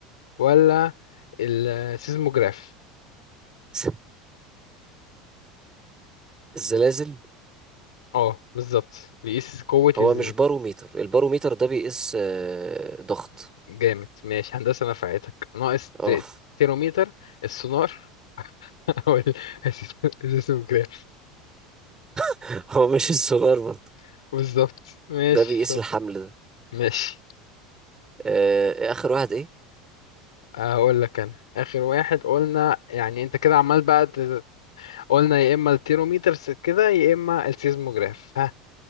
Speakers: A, on the left; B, on the right.
A: ولا السيزموجراف
B: <laughs> الزلازل
A: اه بالظبط بيقيس قوة
B: هو
A: الزلزال
B: مش باروميتر الباروميتر ده بيقيس آه، ضغط
A: جامد ماشي هندسة نفعتك ناقص
B: اه
A: ت- تيرومتر السونار <laughs> او ال- السيسموجراف
B: <laughs> هو مش السولار برضه
A: <laughs> بالظبط ماشي
B: ده بيقيس
A: شاطر
B: الحمل ده
A: ماشي
B: آه، اخر واحد ايه
A: هقول لك انا اخر واحد قلنا يعني انت كده عمال بقى ت- قلنا يا اما التيرومتر س- كده يا اما السيزموجراف ها